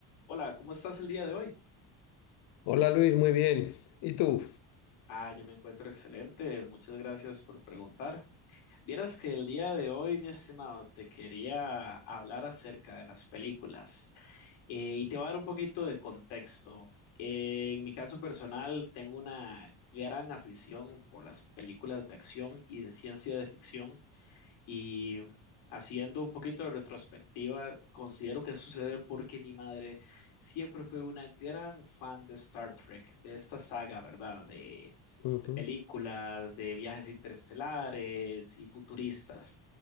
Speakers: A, on the left; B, on the left.
A: Hola, ¿cómo estás el día de hoy?
B: Hola Luis, muy bien. ¿Y tú?
A: Ah, yo me encuentro excelente, muchas gracias por preguntar. Vieras que el día de hoy, mi estimado, te quería hablar acerca de las películas eh, y te voy a dar un poquito de contexto. Eh, en mi caso personal, tengo una gran afición por las películas de acción y de ciencia de ficción. Y haciendo un poquito de retrospectiva, considero que sucede porque mi madre siempre fue una gran fan de Star Trek, de esta saga, ¿verdad? De,
B: Ujú,
A: de películas, de viajes interestelares y futuristas.